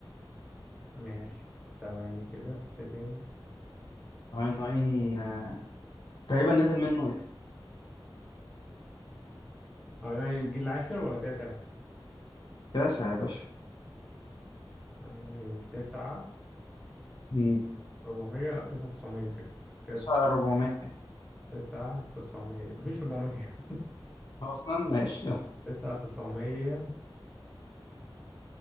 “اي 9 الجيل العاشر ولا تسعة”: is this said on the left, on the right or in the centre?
Centre